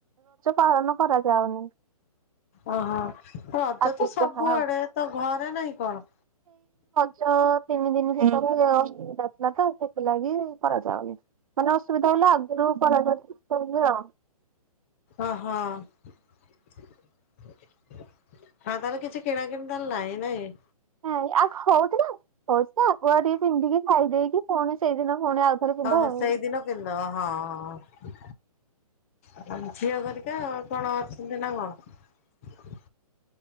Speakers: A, on the right; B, on the left.
A: ପାଳନ କରାଯାଉନି।
B: ଓ ହୋ। ରଜ
A: ଆଗକୁ
B: ତ ସବୁଆଡେ
A: ଦେଖାହବ।
B: ତ ଘରେ ନାଇଁ କଣ?
A: ଛଅ ତିନି ଦିନ ଭିତରେ ଅସୁବିଧା ଥିଲା ତ ସେଥିଲାଗି କରାଯାଉନି। ମାନେ ଅସୁବିଧା ହେଲା ଆଗୁରୁ କରାଯାଇଚି ଆଉ।
B: ଓହୋ ହଁ ତାହେଲେ କିଛି କିଣାକିଣି ତାଲେ ନାହିଁ ନାଇଁ।
A: ହଁ ଆଉ ହଉଥିଲା ହଉଛି ଆଗୁଆ ଟିକେ ପିନ୍ଧିକି ଖାଇଦେଇକି ପୁଣି ସେଇଦିନ ପୁଣି ଆଉଥରେ ପିନ୍ଧ
B: ଓ ହୋ
A: ଆଉ।
B: ସେଇଦିନ ପିନ୍ଦବ ହଁ। ଆ ଝିଅ କରିକା କଣ ଅଛନ୍ତି ନା କଣ।